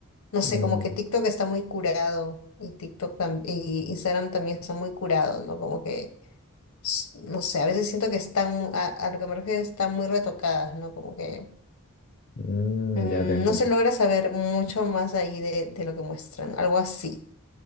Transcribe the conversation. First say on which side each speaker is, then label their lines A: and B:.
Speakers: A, on the left (about 80°); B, on the left (about 40°).
A: No sé,
B: Mm,
A: como que TikTok está muy curado y TikTok tam- y Instagram también está muy curado, ¿no? Como que, s- no sé, a veces siento que están, mu- a, a lo que me refiero, están muy retocadas, ¿no? Como que...
B: mm,
A: Mm,
B: ya te entiendo.
A: No se logra saber mucho más ahí de, de lo que muestran, algo así.